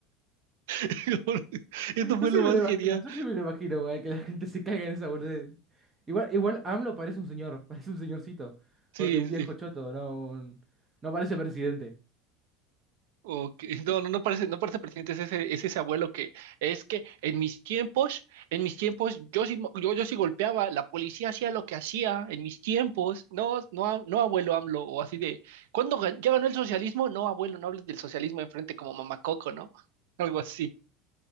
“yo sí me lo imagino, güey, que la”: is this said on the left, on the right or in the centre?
Right